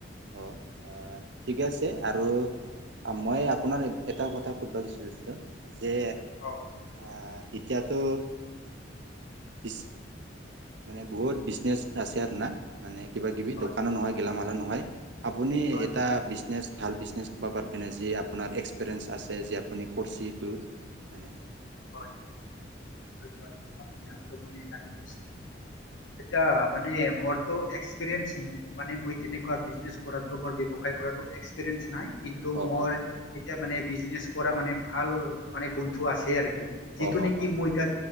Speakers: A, on the right; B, on the left.
A: অঁ', ঠিকে আছে আৰু মই আপোনাৰ এটা কথা সুধব বিচাৰিছোঁ। যে
B: অ
A: আ, এতিয়াতো বিছ মানে বহুত বিছ বিনেছ আছে আৰু না মানে কিবা-কিবি
B: হয়
A: দোকানৰ নহয় গেলামালৰ নহয়। আপুনি
B: হয়
A: এটা বিজনেছ। ভাল বিজনেছ ক'ব পাৰিবনে যি আপোনাৰ এক্সপেৰিয়েঞ্চ আছে যে আপুনি কৰিছেিটো মানে।
B: হয় ধন্যবাদ দিচো আপুনি আ জানিব বিচাৰে এয়া মানে মোৰ এক্সপিৰিয়েঞ্চ মানে মই তেনেকুৱা বিজনে কৰাতো ম বেব্যখাই কৰাটো এক্সপিৰিয়েন্স নাই। কিন্তু
A: অ
B: মই
A: অ
B: এতিয়া মানে বিজনেচ কৰা মানে ভাল মানে বন্ধু আছে আৰু। যিটো
A: অ অ
B: নেকি
A: অ
B: মই এটা